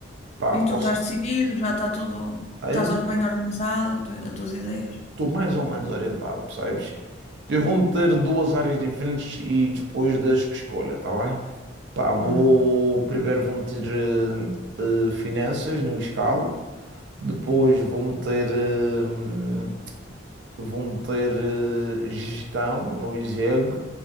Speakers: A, on the right; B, on the left.
A: pá,
B: E
A: posso.
B: tu estás decidido, já está tudo.
A: aí
B: Estás or- bem organizado, tu- as tuas ideias?
A: Estou mais ou menos orientado, percebes? Eu
B: Bom.
A: vou meter duas áreas diferentes e depois das que escolha, tá bem? Pá, vou.
B: Hum,
A: Primeiro vou meter eh, eh, finanças no escalo, depois vou meter eh, vou meter eh, gestão no ISEG,